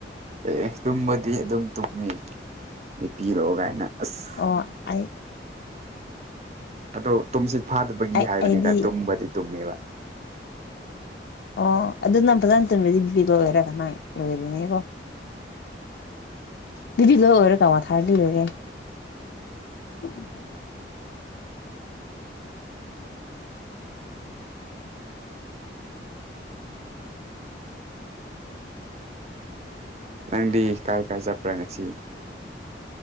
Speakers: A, on the right; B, on the left.
A: ꯑꯦ ꯇꯨꯝꯕꯗꯤ ꯑꯗꯨꯝ ꯇꯨꯝꯃꯤꯄꯤꯤꯔꯛꯑꯣ ꯀꯥꯏꯅ ꯑꯁ
B: ꯑꯣ ꯑꯩ
A: ꯑꯗꯣ ꯇꯨꯝꯁꯤ ꯐꯥꯗꯕꯒꯤ
B: ꯑꯩ
A: ꯍꯥꯏꯕꯅꯤꯗ
B: ꯑꯩꯗꯤ
A: ꯇꯨꯝꯕꯗꯤ ꯇꯨꯝꯃꯦꯕ
B: ꯑꯣ ꯑꯗꯨ ꯅꯪ ꯐꯖꯅ ꯇꯨꯝꯕꯤꯗꯤ ꯄꯕꯤ ꯂꯋꯔꯒ ꯅꯪ ꯂꯣꯏꯔꯤꯅꯤꯀꯣ ꯕꯤꯕꯤ ꯂꯣꯏ ꯑꯣꯏꯔꯣ ꯀꯃꯣ ꯊꯥꯔꯗꯤ ꯂꯣꯏꯔꯦ ꯎꯝ
A: ꯅꯪꯗꯤ ꯀꯥꯏ ꯀꯥꯏ ꯆꯠꯄ꯭ꯔꯥ ꯉꯁꯤ